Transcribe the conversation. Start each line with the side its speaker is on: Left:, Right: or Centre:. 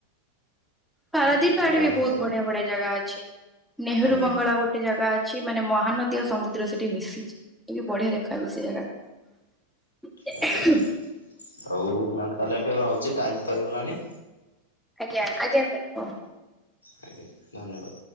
Centre: ପାରାଦୀପ
Left: ଆଜ୍ଞା
Centre: ଆଡେ ବି
Left: ହଁ
Centre: ବହୁତ
Left: ତ
Centre: ବଢିଆ ବଢିଆ ଜାଗା ଅଛି ନେହେରୁ
Left: ଆଜ୍ଞା
Centre: ବଙ୍ଗଳା ଗୋଟେ ଜାଗା ଅ ଅଛି ମାନେ ମହାନଦୀ ଓ ସମୁଦ୍ର ସେଠି ମିଶିଛି ବି ବଢିଆ ଦେଖାହଉଚି ସେ ଜାଗା ଟା। <unintelligible>
Left: ଆଜ୍ଞା ହଉ ମ୍ୟାାମ ତାହେଲେ ଏବେ ରହୁଛି ଟାଇମ ତ ହେଇଗଲାଣି।
Centre: ଆଜ୍ଞା ଆଜ୍ଞା ସାର୍ ହଉ।
Left: ଆଜ୍ଞା ଧନ୍ୟବାଦ।